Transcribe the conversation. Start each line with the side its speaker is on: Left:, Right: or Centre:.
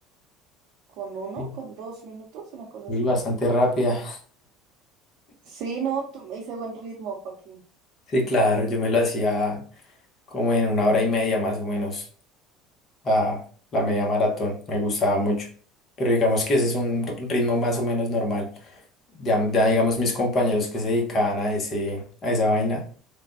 Right: con uno,
Left: Sí.
Right: con dos minutos, una cosa
Left: Uy,
Right: así.
Left: bastante rápida.
Right: Sí, no, tu me hice buen ritmo, pa' aquí.
Left: Sí, claro, yo me lo hacía como en una hora y media más o menos, a la media maratón, me gustaba mucho. Pero digamos que ese es un ritmo más o menos normal. Ya, ya digamos mis compañeros que se dedicaban a ese, a esa vaina,